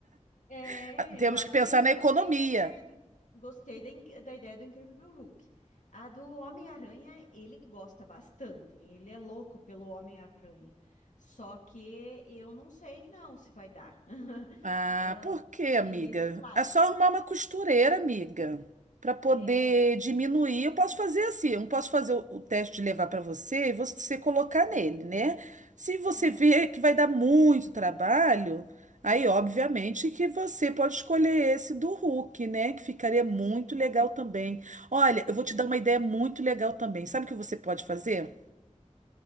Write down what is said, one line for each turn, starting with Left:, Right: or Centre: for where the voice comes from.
Left: é,
Right: <laughs> Temos
Left: eu acho
Right: que pensar
Left: que eu
Right: na
Left: gostei
Right: economia.
Left: da ideia do gostei da, in- da ideia do Incrível Hulk. A do Homem-Aranha, ele gosta bastante. Ele é louco pelo Homem-Aranha. Só que eu não sei não se vai dar. <laughs>
Right: Ah,
Left: Eu,
Right: por quê, amiga?
Left: tem esse lado.
Right: É só arrumar uma costureira, amiga, para poder
Left: É,
Right: diminuir. Eu posso fazer assim, eu posso fazer o o teste de levar para você e você colocar nele, né? Se você
Left: Aham.
Right: vê que vai dar muito trabalho, aí obviamente que você pode escolher esse do Hulk, né? Que ficaria muito
Left: Sim,
Right: legal também. Olha, eu vou te
Left: é.
Right: dar uma ideia muito legal também. Sabe o que você pode fazer?
Left: tá,